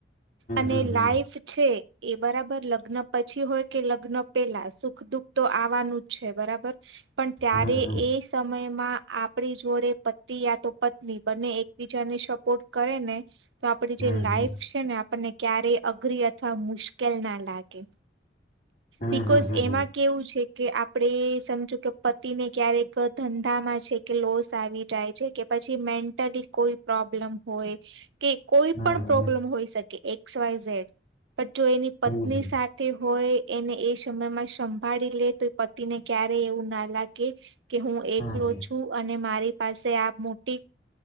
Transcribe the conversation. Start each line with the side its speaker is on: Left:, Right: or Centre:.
Right: અને
Left: હમ હમ
Right: લાઈફ છે. એ બરાબર લગ્ન પછી હોય કે લગ્ન પેલા સુખ દુઃખ તો આવાનું જ છે બરાબર પણ ત્યારે
Left: હમ
Right: એ સમય માં આપડી જોડે પતિ યા તો પત્ની બંને એકબીજાને સપોર્ટ કરે ને તો આપડી
Left: હમ
Right: જે લાઈફ છે ને અ આપણને ક્યારેય અઘરી અથવા મુશ્કેલ ના લાગે.
Left: હમ
Right: બિકોસ
Left: હમ હમ
Right: એમાં કેવું છે. કે આપણેે સમજો કે પતિને ક્યારેક ધંધામાં છે કે લોસ આવી. જાય છે કે પછી મેન્ટલી કોઈ પ્રોબ્લેમ હોય. કે કોઈ
Left: હમ
Right: પણ પ્રોબ્લમ હોય શ એક્સ વાય ઝેડ પણ જો એની પત્ની
Left: હમ હમ હમ હમ
Right: સાથે હોય એને એ શમયમાં સંભાળી લે તો એ પતિને ક્યારેય એવું ના લાગે. કે હું એકલો
Left: હમ હમ હમ
Right: છું. અ અને મારી પાસે આ મોટી